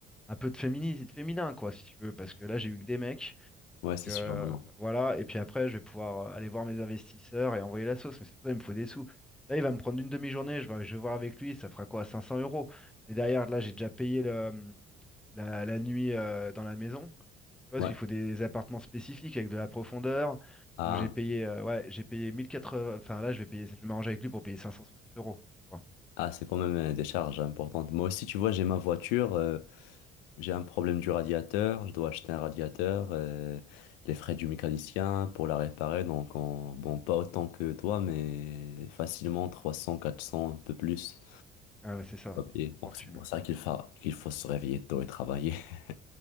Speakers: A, in the centre; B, on the left.
A: un peu de féminisme, de féminin, quoi, si tu veux, parce que là j'ai eu que des mecs. Donc,
B: Ouais, c'est
A: euh,
B: sûr. Non, non.
A: voilà, et puis après, je vais pouvoir euh, aller voir mes investisseurs et envoyer la sauce, mais c'est pour ça qu'il me faut des sous. Là, il va me prendre une demi-journée, je vais, je vais voir avec lui, ça fera quoi, 500 euros. Mais derrière, là, j'ai déjà payé le- la, la nuit euh, dans la maison. Tu vois,
B: Ouais.
A: Parce qu'il faut des appartements spécifiques avec de la profondeur.
B: Ah,
A: Donc j'ai payé, euh, ouais, j'ai payé 1080. Enfin là, je vais payer, je vais m'arranger avec lui pour payer 560 euros. Tu vois.
B: ah c'est quand même euh, des charges importantes. Moi aussi, tu vois, j'ai ma voiture, euh, j'ai un problème du radiateur, je dois acheter un radiateur, euh, les frais du mécanicien pour la réparer. Donc, en- bon, pas autant que toi, mais facilement trois cents quatre cents un peu plus.
A: Ah ouais, c'est ça.
B: Ok. Donc,
A: Fortune.
B: c'est pour ça qu'il fa... qu'il faut se réveiller tôt et travailler. <laughs>